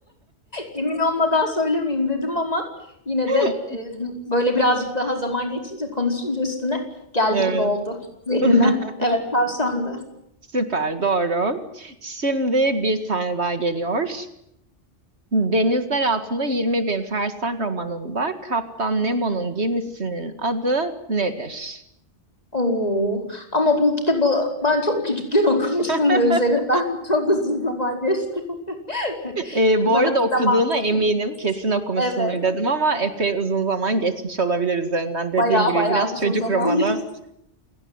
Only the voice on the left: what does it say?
Emin olmadan söylemeyeyim dedim ama yine
de e, böyle birazcık daha zaman geçince konuşunca üstüne geldi
gibi oldu zihnime.
Evet tavşandı.
Oo. Ama bu kitabı ben çok küçükken <laughs> okumuştum
ve üzerinden çok uzun zaman geçti. <laughs>
Bunu
hatırlamam
mümkün.
değil.
Evet.
Bayağı
bayağı
uzun
zaman
geçti.